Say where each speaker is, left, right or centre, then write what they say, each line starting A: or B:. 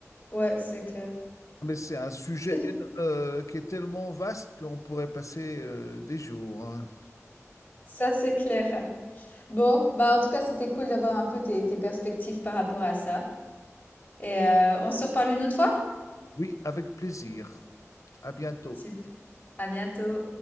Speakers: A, on the left (about 30°); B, on the left (about 85°).
A: Ouais, c'est clair.
B: Mais c'est un sujet
A: <laughs> Si,
B: éno- euh, qui est tellement vaste qu'on pourrait passer euh, des jours. hein.
A: Ça, c'est clair. Bon, bah en tout cas, c'était cool d'avoir un peu tes, tes perspectives par rapport à ça. Et euh, on se reparle une autre fois?
B: Oui, avec plaisir. À bientôt.
A: Super. À bientôt.